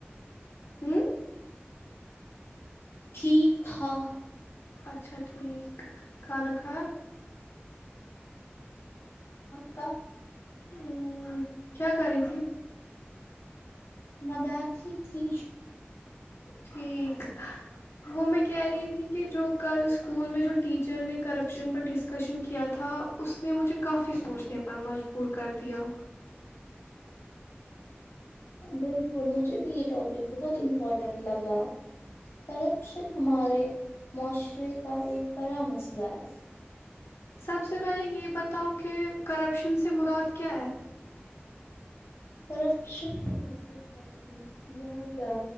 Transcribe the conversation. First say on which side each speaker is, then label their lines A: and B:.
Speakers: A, on the left; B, on the left.
A: ہوں
B: ٹھیک تھا
A: اچھا ٹھیک کھانا کھا
B: کی
A: ا کیا کری تھی
B: بات ٹھیک تھی
A: کہ وہ میں کہہ رہی تھی کہ جو کل سکول میں جو ٹیچر نے کرپشن کو ڈسکشن کیا تھا اس نے مجھے کافی سوچنے پر مجبور کر دیا
B: بالکل مجھے بھی یہ ٹاپک بہت امپورٹنٹ لگا کرپشن ہمارے معاشرے کا ایک بڑا مسئلہ ہے
A: سب سے پہلے یہ بتاؤ کہ کرپشن سے مراد کیا ہے
B: کرپشن کا مطلب ہے اپنے اختیار یا